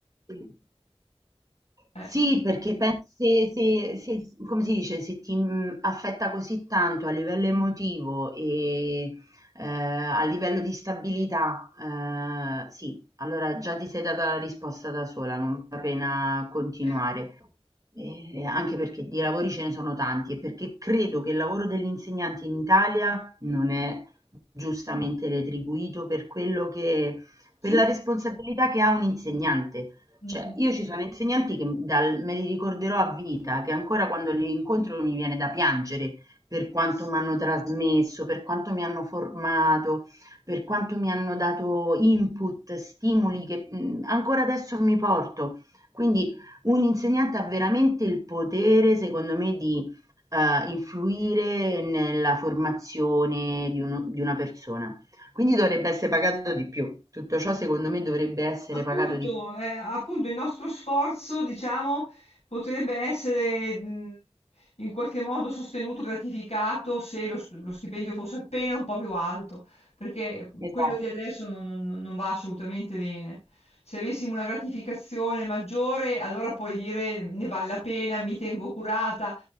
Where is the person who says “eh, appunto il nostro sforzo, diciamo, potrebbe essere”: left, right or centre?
Left